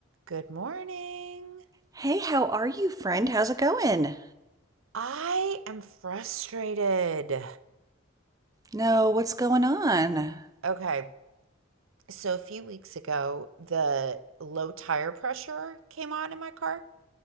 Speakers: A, on the right (about 70°); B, on the right (about 15°).
A: Good morning.
B: Hey, how are you, friend? How's it going?
A: I am frustrated.
B: No, what's going on?
A: Okay. So a few weeks ago, the low tire pressure came on in my car.